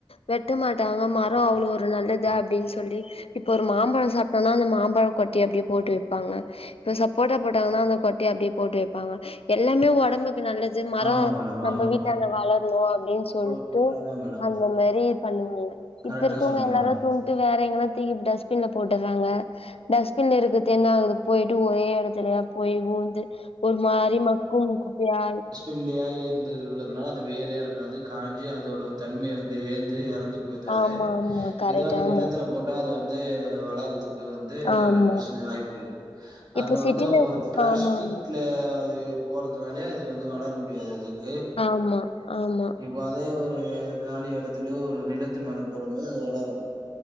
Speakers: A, on the left; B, on the right.
A: வெட்ட மாட்டாங்க மரோ அவ்ளோ ஒரு நல்லது அப்டின்னு சொல்லி இப்ப ஒரு மாம்பழோ சாப்டாலு அந்த மாம்பழோ கொட்டைய அப்டியே போட்டு வைப்பாங்க இப்போ சப்போட்டா போட்டாங்கன்னா அந்த கொட்டைய அப்டியே போட்டு வெப்பாங்க எல்லாமே ஒடம்புக்கு நல்லது மரோ
B: ஆமா மேடம்,
A: நம்ம
B: ஆமா
A: வீட்டான்ட
B: மேடம்.
A: வளரணு அப்டின் சொல்ட்டு
B: ஓகே. ஆமா மேடம்.
A: அந்த மாரி பண்ணுவாங்க
B: கரெக்ட்டா
A: இப்ப இருக்கவங்க
B: சொன்னீங்க
A: எல்லாரு
B: மேடம்.
A: தூண்ட்டு வேற எங்கனா தூக்கி டஸ்பின்ல போட்டர்றாங்க டஸ்ட்பின்ல இருக்கது என்னாகுறது போயிட்டு ஒரே எடத்துலயா போய் ஊந்து ஒரு மாரி மக்கும் குப்பயா
B: உள்ளையாய் இருந்துருக்குறது அதனால அது வேறு எறங்காது காஞ்சி அதோட தன்மையை வந்து ஏந்து எறந்து போத்தது
A: ஆமா ஆமா கரெக்ட்
B: எதாவது
A: ஆமா
B: நெலத்துல போட்டா அது வந்து வளரதுக்கு வந்து
A: ஆமா
B: ஹண்ட்ரட் பர்சன்ட்ஜ் வாய்ப்பு அது
A: இப்ப
B: வந்து
A: சிட்டில
B: அவங்க
A: இருக்க
B: ஒரு பிளாஸ்டிக்ல
A: ஆமா ஆமா
B: அ அது போறதுனாலே அது வந்து வளர முடியாது அதுக்கு
A: ஆமா ஆமா
B: இப்ப அதே ஒரு காலி இடத்துலயு ஒரு நிலத்து மேல போடும் போது அது வளரு